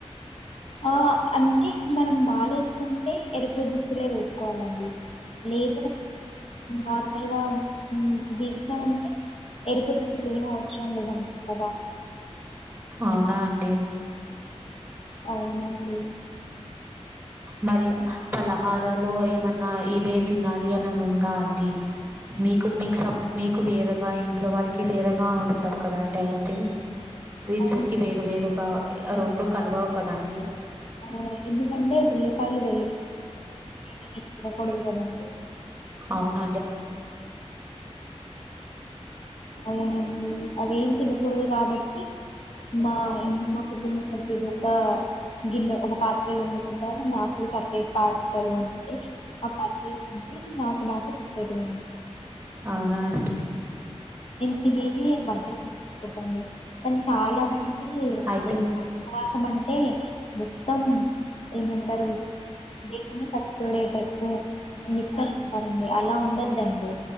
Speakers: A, on the left; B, on the right.
A: ఆ అంటే మనం మాల వేసుకుంటే ఎరుపు దుస్తులే వేసుకోవాలండి లేదా నార్మల్గా దీక్ష అంటే ఎరుపు దుస్తులు ఏం అవసరం లేదన్నమాట కదా
B: అవునా అండి
A: అవునండి
B: మరి పలా హారాలో ఏమన్నా ఇవే తినాలి అని ఉందా అండి మీకు మీకు స మీకు వేరే ఇ ఇంట్లో వాళ్ళకి వేరగా వండుతారుకడండి అయితే మీ ఇద్దరికి
A: అవును
B: వేరు వేరుగా రెండు కలువవు కదండి
A: అవునా ఎందుకంటే ఉల్లిపాయలు వెల్లులిపాయలు మేం తినకూడదుకదండి
B: అవునండి
A: అవునండి అవేం తినకూడదు కాబట్టి మా మా కుటుంబ సభ్యులు ఒక గిన్నె ఒక పాత్రలో వండుకుంటారు మాకు సపరేట్ పాత్రలు ఉంటవి ఆ పాత్రలో వండి నాకు నాకు సపరేట్ గా
B: అవునా అండి
A: తినేది బర్త్డే అయిందని చెప్పండి కాని చాలా మంది <unintelligible>
B: అయితే
A: ఉపవాసమండి టె మొత్తం ఏమంటారు దేవుని కష్టపడేటట్టు అన్నిటితోనే ఉంటారండి అలా ఉండ దండి